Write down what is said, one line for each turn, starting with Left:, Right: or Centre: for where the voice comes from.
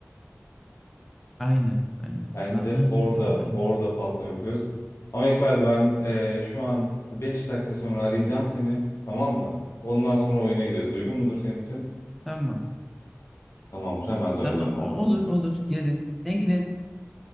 Centre: aynı. Aynen.
Left: Bence
Centre: Bağımlı olunca
Left: orada
Centre: aynı.
Left: orada patlamış göz. Ama İkbal ben eee, şu an 5 dakika sonra arayacağım seni. Tamam mı? Ondan sonra oyuna gireriz. Uygun mudur senin için?
Centre: Tamam.
Left: Tamamdır. Hemen döneceğim
Centre: Tamam.
Left: ben
Centre: O-
Left: sana.
Centre: olur olur. Gireriz. Ne girelim?